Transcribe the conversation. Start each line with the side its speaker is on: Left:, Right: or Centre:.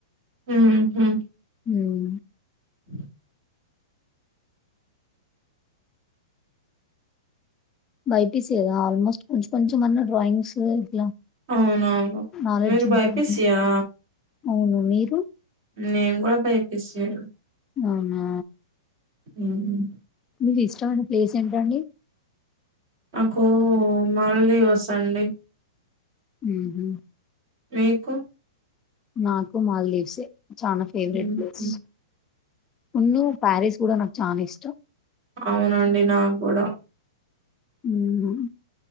Right: ఆ అట్ల
Left: ఉమ్
Right: <inaudible>
Left: బైపీసి కదా ఆల్మోస్ట్ కొంచం కొంచం మన్నా డ్రాయింగ్స్ ఇట్లా
Right: అవునవును
Left: నాలెడ్జ్
Right: మీరు
Left: ఉంటది.
Right: బైపిసి ఆ?
Left: అవును మీరు?
Right: నేను గుడ బైపిసి ఏ.
Left: అవునా.
Right: ఉమ్
Left: మీకు ఇష్టమైన ప్లేస్ ఏంటండి?
Right: నాకు మాల్దీవ్స్ అండి.
Left: ఉహు
Right: మీకు
Left: నాకు మాల్దీవ్సే. చాన ఫేవరెట్
Right: హుహు.
Left: ప్లేస్, న్యూ ప్యారిస్ గుడ నాకు చానా ఇష్టం.
Right: అవునానండీ నాకు కూడా
Left: మ్